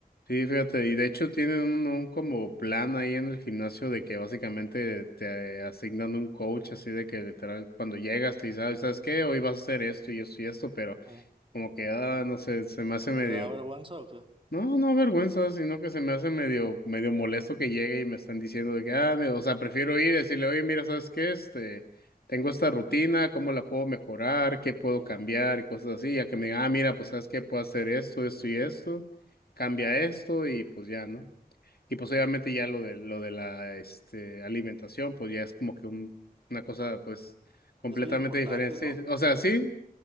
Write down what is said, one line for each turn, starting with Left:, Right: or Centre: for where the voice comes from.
Left: sí, fíjate, y de hecho tienen un, un como plan ahí en el gimnasio de que básicamente te asignan un coach, así de que literal cuando llegas te dice, "Ah, ¿sabes qué? Hoy vas a hacer esto y esto y esto, pero
Right: ujú.
Left: como que, ah, no sé, se me hace medio...
Right: ¿Te da vergüenza o qué?
Left: No, no vergüenza, sino que se me hace medio, medio molesto que llegue y me están diciendo de que, ah, me- o sea, prefiero ir y decirle, oye, mira, ¿sabes qué? Este, tengo esta rutina, ¿cómo la puedo mejorar? ¿Qué puedo
Right: Ujú,
Left: cambiar? Y cosas así, ya que me digan, ah, mira, pues, ¿sabes qué? Puedo hacer esto, esto y esto, cambia esto y pues ya, ¿no? Y pues obviamente ya lo de, lo de la, este, alimentación, pues ya es como que un- una cosa,
Right: claro.
Left: pues, completamente
Right: Es bien importante,
Left: diferente. Sí,
Right: ¿no?
Left: sí, o sea, sí,